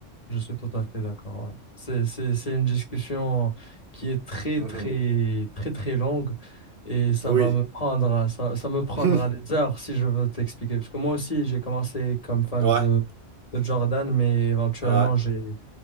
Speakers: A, on the left; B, on the right.
A: Je suis tout à fait d'accord. ouais. C'est, c'est, c'est une discussion qui est très,
B: Mhm.
A: très, très, très longue et ça
B: Oui.
A: va me prendre, ça, ça me prendra
B: <laughs>
A: des heures si je veux t'expliquer. Parce que moi aussi, j'ai commencé comme fan
B: ouais.
A: de, de Jordan, mais éventuellement,
B: Ouais.
A: j'ai,